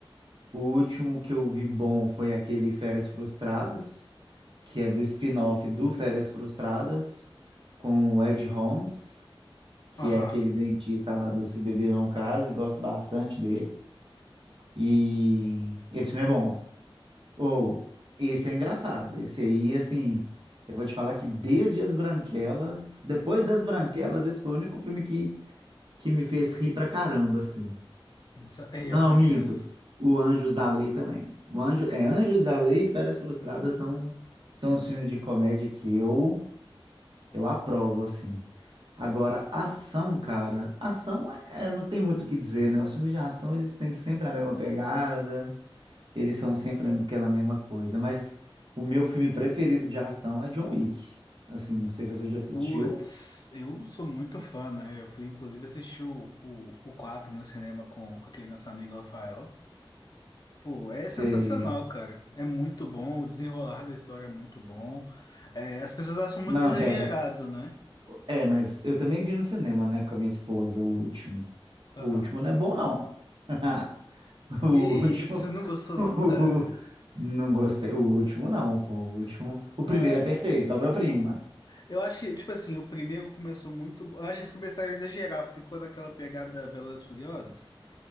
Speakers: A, on the right (about 60°); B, on the left (about 45°).
A: O último que eu vi bom foi aquele Férias Frustradas, que é do spin-off do Férias Frustradas, com o Ed Holmes, que
B: Aham.
A: é aquele dentista lá do Se Beber Não Case, gosto bastante dele. E esse filme é bom. Ou, esse é engraçado. Esse aí, assim, eu vou te falar que desde As Branquelas, depois das Branquelas, esse foi o único filme que, que me fez rir pra caramba, assim.
B: Nossa, e as
A: Não, não,
B: banqueras?
A: minto. O Anjos da Lei também. O Anjo, é, Anjos da Lei e Férias Frustradas
B: Hum.
A: são, são os filmes de comédia que eu, eu aprovo, assim. Agora, ação, cara, ação é, não tem muito o que dizer, né? Os filmes de ação, eles têm sempre a mesma pegada. Eles são sempre aquela mesma coisa. Mas o meu filme preferido de ação é John Wick. Assim, não sei se você já assistiu.
B: Putz, eu sou muito fã, né? Eu fui inclusive assistir o, o, o 4 no cinema com, com aquele nosso amigo Rafael. Pô, é
A: Sei.
B: sensacional, cara. É muito bom, o desenrolar da história é muito bom. É, as pessoas acham muito
A: Não,
B: exagerado,
A: mas pera.
B: né?
A: É, mas eu também vi no cinema, né, com a minha esposa, o último.
B: Aham.
A: O último não é bom, não. <laughs> O
B: Que
A: último.
B: isso, você não gostou
A: <laughs>
B: não, cara?
A: Não gostei. O último, não, pô. O último. O primeiro
B: Ah, eu
A: é perfeito, obra-prima.
B: Eu acho que, tipo assim, o primeiro começou muito. Eu acho que eles começaram a exagerar. Ficou naquela pegada Velozes e Furiosos.